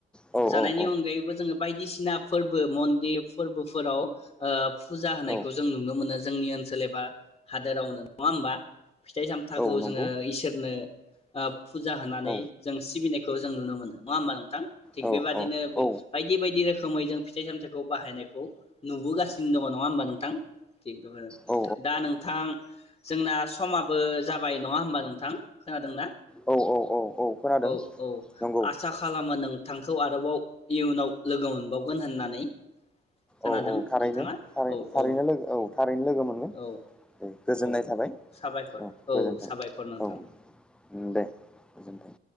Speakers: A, in the centre; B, on the left.
A: औ
B: जानायनि
A: औ
B: अनगायैबो जों जों बायदिसिना फोरबो मन्दिर फोरबोफोराव ओ फुजा होनायखौ
A: औ
B: जों नुनो मोनो जोंनि ओनसोल एबा हादोरावनो नङा होमबा? फिथाइ सामथाखौ
A: औ नंगौ
B: जोङो इसोरनो ओ फुजा होनानै
A: औ
B: जों सिबिनायखौ जों नुनो मोनो नङा होमबा नोंथां? थिग
A: औ
B: बेबादिनो बे
A: औ
B: बायदि बायदि रोखोमै जों फिथाइ सामथायाइखौ बाहायनायखौ नुबोगासिनो दङ नङा होमबा नोंथां थिग बेफोरनो
A: औ
B: दा नोंथां जोंना समाबो जाबाय नङा होमबा नोंथां खोनादोंना
A: औ खोनादों
B: औ औ
A: नंगौ
B: आसा खालामो नों थांखौ आरोबाव इयुनाव लोगो मोनबावगोन होननानै खोनादों
A: औ थारैनो
B: नोंथाङा औ
A: थारैनो
B: औ
A: लोगो औ थारैनो लोगो मोनगोन
B: औ
A: दे गोजोननाय
B: औ औ
A: थाबाय
B: साबायखर
A: औ गोजोनथों
B: साबायखर नोंथां
A: औ दे गोजोनथों।